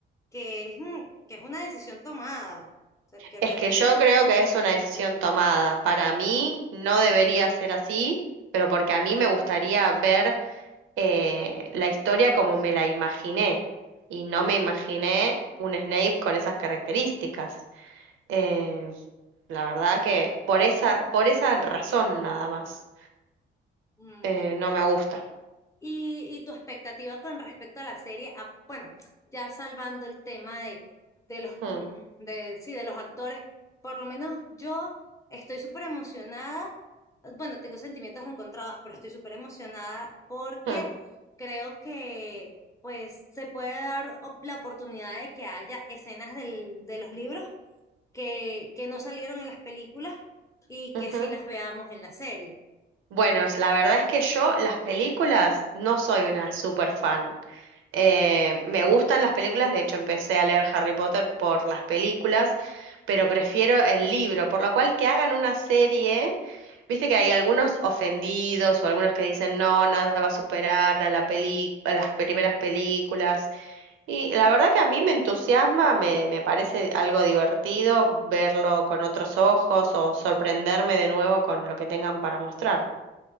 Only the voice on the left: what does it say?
que es, mm, que es una decisión tomada. O sea, que
realmente
ellos...
mm,
Y, y tu expectativa con respecto a la serie, a- bueno, ya salvando el tema de, de los,
mm, de, sí, de los actores, por lo menos yo estoy súper emocionada, eh, bueno, tengo sentimientos encontrados, pero estoy súper emocionada porque
creo que pues se puede dar op- la oportunidad de que haya escenas del, de los libros que, que no salieron en las películas y
que sí las veamos en la serie.